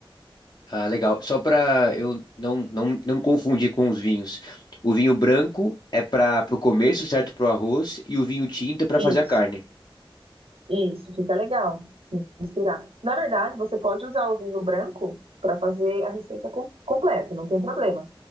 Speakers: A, on the left (about 45°); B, on the right (about 80°).
A: Ah, legal. Só pra eu não, não, não me confundir com os vinhos. O vinho branco é para o começo, certo? Pro arroz. E o vinho tinto é pra fazer a
B: Isso,
A: carne.
B: isso, fica legal. Misturar. Na verdade, você pode usar o vinho branco para fazer a receita com- completa, não tem problema.